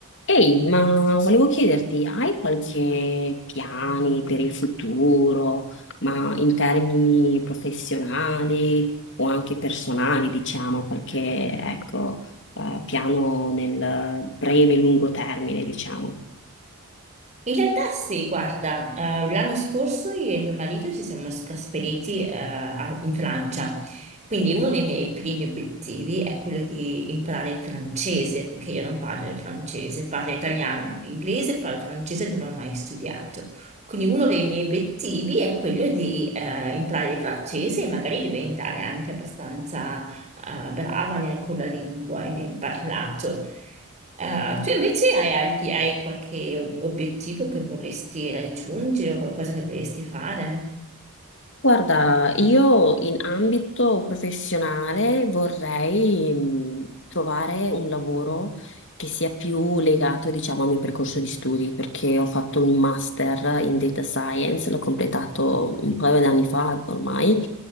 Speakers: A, on the left; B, on the right.
A: Ehi, ma volevo chiederti, hai qualche piani per il futuro, ma in termini professionali o anche personali, diciamo, qualche, ecco, eh, piano nel breve e lungo termine, diciamo?
B: In realtà sì, guarda, eh, l'anno scorso io e mio marito ci siamo trasferiti eh, a- in Francia, quindi uno dei miei primi obiettivi è quello di imparare il francese, perché io non parlo il francese, parlo italiano, inglese, parlo francese, non ho mai studiato. Quindi uno dei miei obiettivi è quello di eh, imparare il francese e magari diventare anche abbastanza eh, brava nel- con la lingua e nel parlato. Ah, tu invece hai, alti- hai qualche o- obiettivo che vorresti raggiungere o qualcosa che vorresti fare?
A: Guarda, io in ambito professionale vorrei mh, trovare un lavoro che sia più legato, diciamo, al mio percorso di studi, perché ho fatto un master in data science, l'ho completato un paio di anni fa ormai,